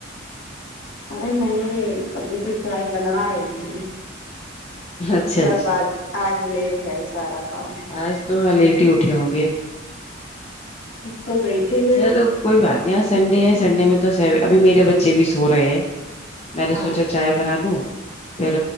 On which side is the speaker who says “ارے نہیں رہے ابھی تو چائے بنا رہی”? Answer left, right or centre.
Left